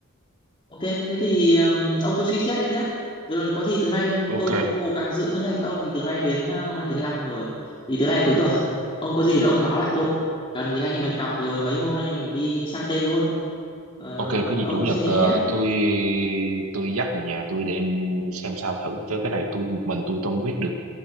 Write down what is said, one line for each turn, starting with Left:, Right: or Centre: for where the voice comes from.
Left: Ok, thế thì um, ông cứ suy xét đấy nhá. Từ, có gì từ nay
Right: ok
Left: tôi cũng cố gắng giữ nước này cho ông thì từ nay đến ờ, hôm nay thứ năm rồi. Thì từ nay cuối tuần ông có gì thì ông báo lại tôi. Cần thì anh em mình cọc rồi mấy hôm anh em mình đi sang tên luôn. Ờ,
Right: ok có gì
Left: ông
Right: chủ nhật
Left: cứ suy nghĩ
Right: ờ,
Left: nhá.
Right: tôi tôi dắt người nhà tôi đem xem sao thử chứ cái này tôi một mình tôi không quyết được